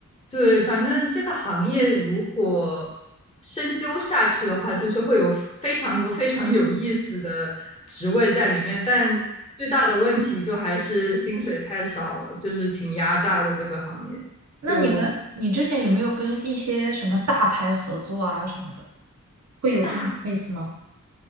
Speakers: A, on the left; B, on the right.
A: 对，反正这个行业如果深究下去的话，就是会有非常多非常有意思的职位在里面，但最大的问题就还是薪水太少了，就是挺压榨的这个行业。
B: 那你们，
A: 就
B: 你之前有没有跟一些什么大牌合作啊什么的，会有这种
A: 大，
B: case 吗？